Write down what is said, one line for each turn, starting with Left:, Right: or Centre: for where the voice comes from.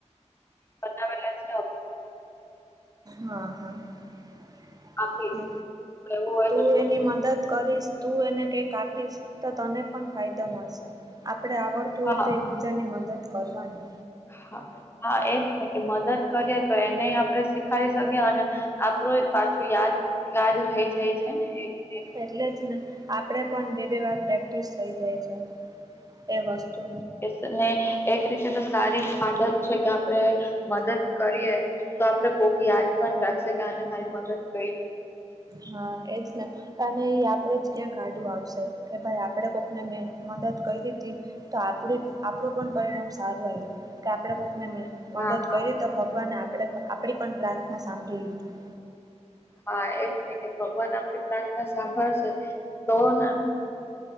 Left: બનાવવા લાગજો
Right: હા હા
Left: આપીશ એવું હોય
Right: તું
Left: તો
Right: એની મદદ કરીશ તું એને કંઈક આપીશ તો તને પણ ફાયદો મળશે આપણે આવડ તો
Left: હા
Right: હોય તો એકબીજાની મદદ કરવાની
Left: હા એજ ને કે મદદ કરીએ તો એને આપણે શીખારી શકીએ અને આપણું પાછું યાદ યાદ રહી જાય છે ને એક
Right: એટલે જ ને આપણે પણ બે બે વાર પ્રેક્ટ પ્ર્ટિસ થઈ જાય છે એ વાસ્તુ
Left: કેને એક રીતે તો સારી જ આદત છે કે આપણે મદદ કરીએ. તો આપડે કોક યાદ પણ રાખશે કે આને મારી મદદ કરીઈ
Right: હા એજ ને અને એ આપડે જ ક્યાં કાડું આવશે કે ભાઈ આપણે કોકને મેં મદદ કરી દીધી તો આપણી આપણું પણ પરિણામ સારું આવ્યું. કે આપણે કોકને મદદ
Left: હા હા
Right: કરી તો ભગવાને આપણે આપણી પણ પ્રાર્થના સાંભળી લીધી
Left: હા એ જ નહી કે ભગવાન આપડી પ્રાર્થના સાંભળશે તોને